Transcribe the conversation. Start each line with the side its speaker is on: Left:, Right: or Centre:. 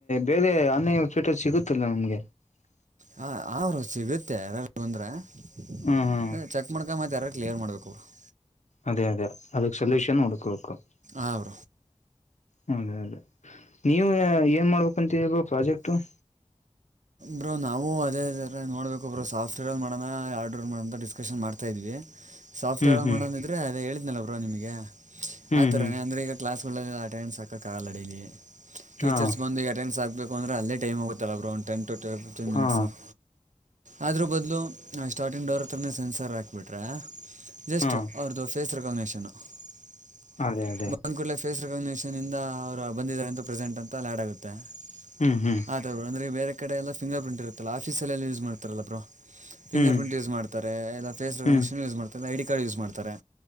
Left: ಬೇರೆ ಅನ ಸ್ವೀಟರ್ ಸಿಗುತ್ತಲ್ಲ ನಮ್ಗೆ <unintelligible>
Right: ಹ ಅವರು ಸಿಗುತ್ತೆ ಯಾರಾರ ಬಂದ್ರದ
Left: ಹ್ಮ್ ಹ್ಮ್
Right: ಚೆಕ್ ಮಾಡ್ಕ ಮತ್ ಯಾರ <unintelligible> ಕ್ಲಿಯರ್ ಮಾಡ್ಬೇಕು ಅವರು <unintelligible>
Left: ಅದೇ ಅದೇ ಅದುಕ್ಕೆ ಸೊಲ್ಯೂಷನ್ ಒಡ್ಕಬೇಕಬೇಕು <unintelligible>
Right: ಆ <unintelligible>
Left: ಹೌದೇ ಅೌದೇ ನೀವು ಏನ್ ಮಾಡ್ಬೇಕಂತವ ಪ್ರಾಜೆಕ್ಟ <unintelligible>
Right: ಬ್ರೋ ನಾವು ಅದೇ ತರ ನೋಡ್ಬೇಕು ಬ್ರೋ ಸಾಫ್ಟ್ವೇರ್ ಅಲ್ಲಿ ಮಾಡೋಣ ಆರ್ಡರ್ ಮಾಡೋ ಡಿಸ್ಕಶನ್ ಮಾಡ್ತಾ ಇದ್ವಿ <unintelligible> ಸಾಫ್ಟ್ವೇರ್
Left: ಹ್ಮ್
Right: ಆಾಗಿ
Left: ಹ್ಮ್
Right: ಮಾಡೋದಿದ್ರೆ ಅದೇ ಹೇಳಿದ್ನಲ್ಲ ಬ್ರಾ ನಿಮಗೆ
Left: ಹ್ಮ್
Right: ಆ ಥರನೇ
Left: ಹ್ಮ್
Right: ಅಂದರೆ ಈಗ ಕ್ಲಾಸ್ <unintelligible> ಸ್ಕೂಲಲ್ಲ ಅಟೆಂಡನ್ಸ್ ಹಾಕಕ್ಕಾಗಲ್ಲಡ ಈ ಟೀಚರ್ಸ್
Left: ಹಾ
Right: ಬಂದು ಈ ಅಟೆನ್ಸ್ ಹಾಬೇಕು ಅಂದ್ರ ಅದೇ ಟೈಮ್ ಹೋಗುತ್ತಲ್ಲ ಗ್ರೌಂಡ್ <unintelligible> ಟೊಟೆಜ ಮಿನಿಟ್ಸ್
Left: ಹಾ
Right: <unintelligible> ಆದ್ರ ಬದಲು ಸ್ಟಾರ್ಟಿಂಗ್ ಡವರ್ ಹತ್ರನೇ ಸೆನ್ಸರ್ ಹಾಕಿಬಿಟ್ರೆ <unintelligible> ಜಸ್ಟ್
Left: ಹಾ
Right: ಅವ್ರದ್ದು ಫೇಸ್ ರೆಕಾಗ್ನೇಷನ್ <unintelligible>
Left: ಅದೇ ಅದೇ
Right: ಬಂದ್ ಕೂಡಲೇ ಫೇಸ್ ರೆಕಗ್ನೇಷನ್ ಇಂದ ಅವ್ರು ಬಂದಿದ್ದಾರೆ ಅಂತೂ ಪ್ರೆಸೆಂಟ್ ಅಂತ ಅಲ್ಲಿ ಆ್ಯಡ್ ಆಗುತ್ತೆ <unintelligible>
Left: ಹ್ಮ್ ಹ್ಮ್
Right: ಆ ಥರ ಬ್ರೋ ಅಂದರೆ ಬೇರೆ ಕಡೆೆಯ ಎಲ್ಲ ಫಿಂಗರ್ ಪ್ರಿಂ ಇರುತ್ತಲ್ಲ ಆಫೀಸಲ್ಲೆಲ್ಲ ಯೂಸ್ ಮಾಡ್ತಾರಲ್ಲ ಬ್ರೋ <unintelligible> ಫಿಂಗರ್
Left: ಹ್ಮ್
Right: ಪ್ರಿಂಟ್ ಯೂಸ್ ಮಾಡ್ತಾರೆ ಎಲ್ಲ ಫೇಸ್ನ್
Left: ಹ್ಮ್
Right: ಯೂಸ್ ಮಾಡ್ತಾರೆ <unintelligible> ಐ ಡಿ ಕಾರ್ಡ್ ಯೂಸ್ ಮಾಡ್ತಾರೆ